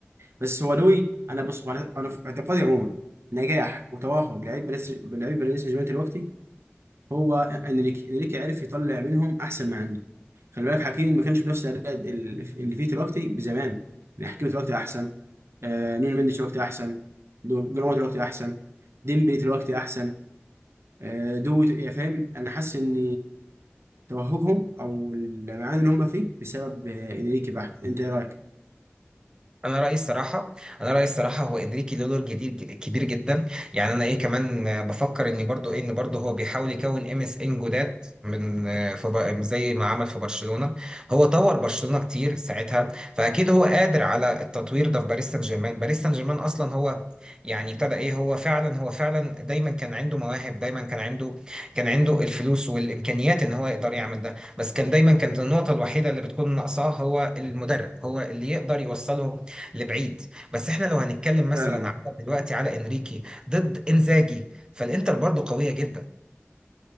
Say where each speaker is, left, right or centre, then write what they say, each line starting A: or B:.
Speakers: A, on the right; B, on the right.
A: بس هو لوي انا بص على- انا في اعتقادي عموما نجاح وتوهج لعيب باريس لعيب باريس سان جيرمان دلوقتي هو انريكي انريكي عرف يطلع منهم احسن ما عنده خلي بالك حكيمي ما كانش بنفس الاداء اللي اللي فيه دلوقتي بزمان يعني حكيمي دلوقتي احسن آه نونو مندش دلوقتي احسن دور- دوناروما دلوقتي احسن ديمبلي دلوقتي احسن آه دو يا فاهم انا حاسس ان توهجهم او المعاني اللي هم فيه بسبب آه انريكي بحت انت ايه رايك؟
B: انا رايي الصراحه انا رايي الصراحه هو انريكي له دور جديد كبير جدا يعني انا ايه كمان آه، بفكر ان برضو ايه ان برضو هو بيحاول يكون ام اس ان جداد من آه، في ب- زي ما عمل في برشلونه هو طور برشلونه كتير ساعتها فاكيد هو قادر على التطوير ده في باريس سان جيرمان باريس سان جيرمان اصلا هو يعني ابتدى ايه هو فعلا هو فعلا دايما كان عنده مواهب دايما كان عنده كان عنده الفلوس والامكانيات ان هو يقدر يعمل ده بس كان دايما كانت النقطه الوحيده اللي بتكون ناقصاه هو المدرب هو اللي يقدر يوصله لبعيد بس احنا لو هنتكلم مثلا
A: فعلا
B: على دلوقتي على انريكي ضد انزاجي فالانتر برضه قوية جدا